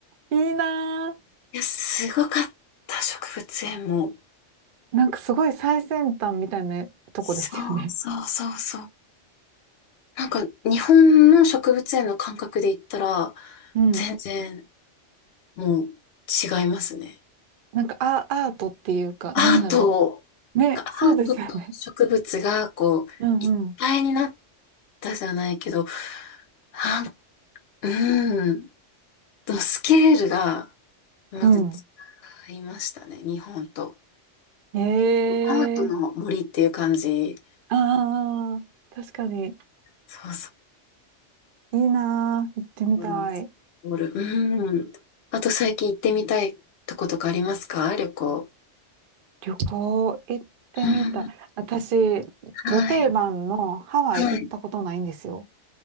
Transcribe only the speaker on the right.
いいな
ー。なんかすごい最先端みたいなとこですよね。
うん。
なんかア、アートっていうか、
なんだろう。ね、
そうですよね。うんうん。
う
ん。えー。
ああ、確かに。
いいなー。行ってみたい。
旅行行ってみたい。
私、
ド定番のハワイ行ったことないんですよ。